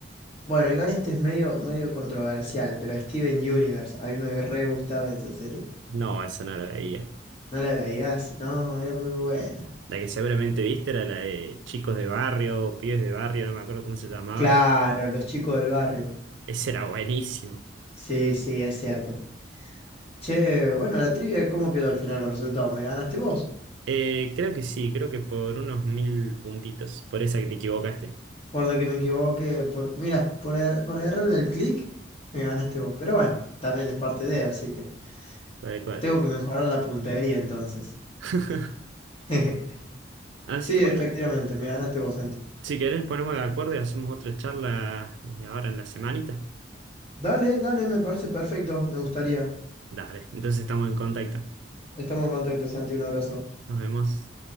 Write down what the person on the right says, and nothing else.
No, esa no la veía.
La que seguramente viste era la de chicos de barrio, pibes de barrio, no me acuerdo cómo se llamaba.
Ese era buenísimo.
Eh, creo que sí, creo que por unos mil puntitos, por esa que te equivocaste,
tal cual.
<laughs>
Así
que
bueno,
si querés ponemos de acuerdo y hacemos otra charla eh, ahora en la semanita.
Dale, entonces estamos en contacto.
Nos vemos.